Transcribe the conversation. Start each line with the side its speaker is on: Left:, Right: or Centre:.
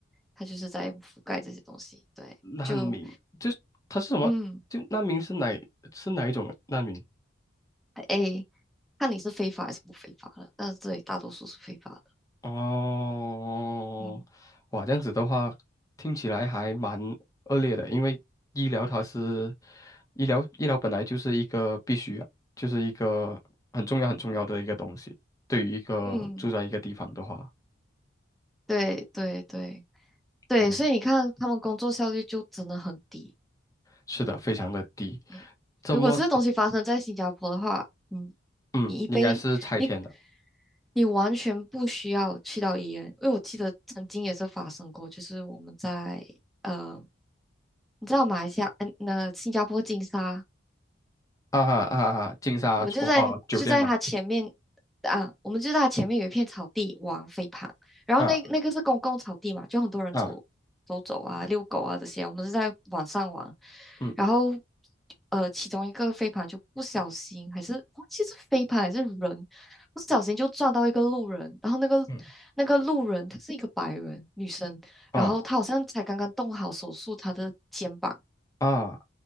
Centre: 他就是在覆盖这些东西。对，
Left: 难民，
Centre: 就，
Left: 就是他是什么？
Centre: 嗯，
Left: 就难民是哪是哪一种难民？
Centre: 哎，看你是非法还是不非法了。但是这里大多数是非法的。
Left: 哦，
Centre: 嗯
Left: 哇，这样子的话，听起来还蛮恶劣的，因为医疗它是医疗医疗本来就是一个必须啊，就是一个很重要很重要的一个东西。对于一个住在一个地方的话，
Centre: 嗯，对对对对，
Left: 嗯，
Centre: 所以你看他们工作效率就真的很低。
Left: 是的，非常的低。
Centre: 嗯，
Left: 这么说，
Centre: 如果这东西发生在新加坡的话，嗯，
Left: 嗯，
Centre: 你一杯你
Left: 应该是拆迁的。
Centre: 你完全不需要去到医院，因为我记得曾经也是发生过，就是我们在。呃你知道马来西亚，嗯，那新加坡金沙，
Left: 啊哈啊哈，金沙国啊酒店嘛，
Centre: 我们就在就在它前面啊，我们就在它前面有一片草地玩飞盘，然后那那个是公共草地嘛，
Left: 啊
Centre: 就很多人走走走啊、
Left: 啊
Centre: 遛狗啊这些，我们是在晚上玩，
Left: 嗯
Centre: 然后呃，其中一个飞盘就不小心还是忘记是飞盘还是人，不小心就撞到一个路人，然后那个那个路人她是一个白人女生，
Left: 嗯
Centre: 然后她好像才刚刚动好手术她的肩膀。
Left: 啊啊